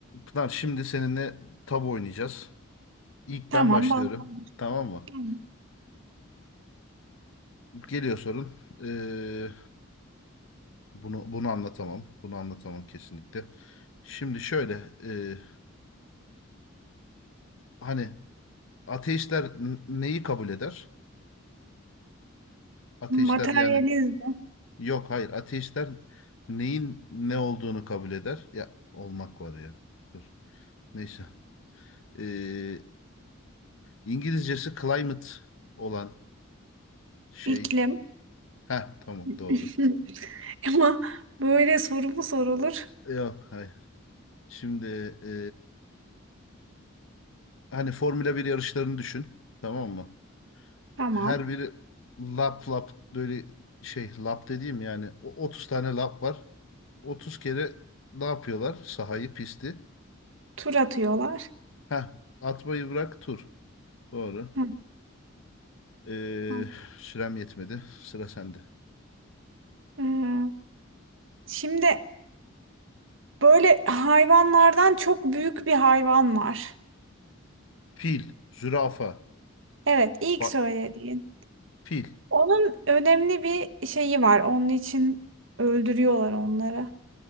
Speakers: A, on the left; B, on the right.
A: Tamam şimdi seninle tabu oynayacağız. İlk
B: Tamam,
A: ben başlıyorum.
B: bağlanmış.
A: Tamam mı?
B: Tamam.
A: Geliyor sorun. Ee, bunu bunu anlatamam. Bunu anlatamam kesinlikle. Şimdi şöyle e, hani ateistler n- neyi kabul eder? Ateistler
B: Materyalizm,
A: yani yok hayır ateistler neyin ne olduğunu kabul eder. Ya olmak var ya. Dur. Neyse. Ee, İngilizcesi climate olan şey.
B: iklim.
A: Heh tamam
B: <laughs>
A: doğru.
B: Ama böyle soru mu sorulur?
A: Yok hayır. Şimdi e, hani Formula bir yarışlarını düşün. Tamam mı?
B: Tamam.
A: Her biri lap lap böyle şey lap dediğim yani o- 30 tane lap var. 30 kere ne yapıyorlar? Sahayı, pisti.
B: Tur atıyorlar.
A: Heh, atmayı bırak tur. Doğru.
B: Hı,
A: Ee,
B: tamam.
A: sürem yetmedi. Sıra sende.
B: Ee, şimdi böyle hayvanlardan çok büyük bir hayvan var.
A: Fil, zürafa,
B: Evet, ilk
A: bak
B: söylediğin.
A: fil,
B: Onun önemli bir şeyi var. Onun için öldürüyorlar onları.